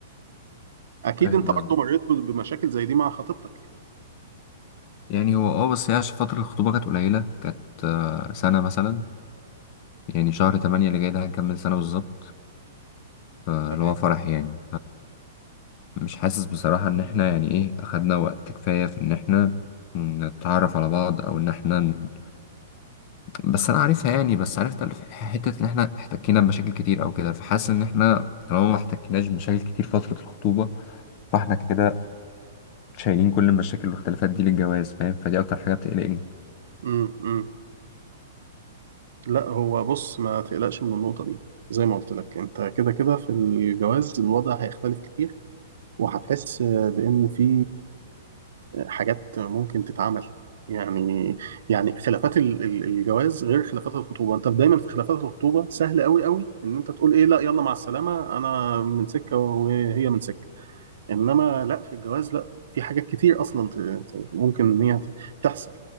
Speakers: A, on the right (about 75°); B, on the left (about 35°).
A: اكيد
B: فاهم
A: انت
B: قصدك
A: برضه مريت ب- بمشاكل زي دي مع خطيبتك يعني
B: يعني هو اه بس هي عشان فترة الخطوبة كانت قليلة كانت آه، سنة مثلا يعني شهر تمانية اللي جاي ده هنكمل سنة بالظبط آه،
A: تمام
B: اللي هو فرح يعني مش حاسس بصراحة إن إحنا يعني إيه أخدنا وقت كفاية في إن إحنا نتعرف على بعض أو إن إحنا ن- بس أنا عارفها يعني بس عرفت الف- حتة إن إحنا احتكينا بمشاكل كتير أو كده فحاسس إن إحنا طالما ما احتكيناش بمشاكل كتير فترة الخطوبة فإحنا كده شايلين كل المشاكل والاختلافات دي للجواز فاهم فدي أكتر حاجة بتقلقني
A: امم لا هو بص ما تقلقش من النقطة دي زي ما قلت لك انت كده كده في الجواز الوضع هيختلف كتير وهتحس بان في حاجات ممكن تتعمل يعني يعني خلافات ال- ال- الجواز غير خلافات الخطوبة انت دايما في خلافات الخطوبة سهل قوي قوي ان انت تقول ايه لا يلا مع السلامة انا من سكة وهي من سكة انما لا في الجواز لا في حاجات كتير اصلا ت- ت- ممكن ان هي ت- تحصل